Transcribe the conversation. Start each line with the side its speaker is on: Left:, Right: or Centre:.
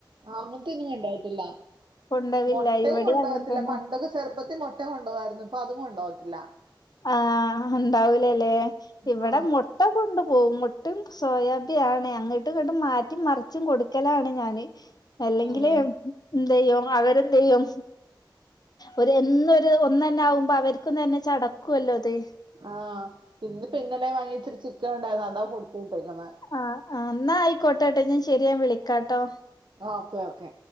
Right: ആഹ് അങ്ങൻത്തെന്നും കൊണ്ടാകത്തില്ല.
Left: കൊണ്ടോവില്ല
Right: മൊട്ടയും
Left: ഇവിടേം
Right: കൊണ്ടോകത്തില്ല
Left: അങ്ങനെ തന്നെ
Right: പണ്ടൊക്കെ ചെറുപ്പത്തില് മൊട്ട കൊണ്ടോകാർന്നു ഇപ്പൊ അതും കൊണ്ടോകത്തില്ല
Left: ആഹ് ഉണ്ടാവൂലല്ലേ ഇവടെ
Right: ആ
Left: മു ട്ട കൊണ്ടു പോകും മുട്ടയും സോയാബിയാണ് അങ്ങട്ട് ങ്ങട്ടും മാറ്റിം മറിച്ചും കൊടുക്കലാണ് ഞാന് അല്ലെങ്കില്
Right: ഉം.
Left: എന്തയ്യും അവരെന്തയ്യും ഒരു എന്നൊരു ഒന്നന്നെ ആകുമ്പോ അവർക്കും തന്നെ ചടക്കുല്ലോ ഇത്
Right: ആഹ് ഇന്ന് പ്പ ഇന്നലെ വാങ്ങിയെച്ച ചിക്കൻ ഉണ്ടായിരുന്നു അതാ ക്കൊടുത്ത് വിട്ടേക്ക്ന്നേ
Left: ആഹ് ആഹ് എന്നാ ആയിക്കോട്ടെ ട്ടോ ഞാൻ ശരി ഞാൻ വിളിക്കാ ട്ടോ
Right: ഓക്കെ ഓക്കെ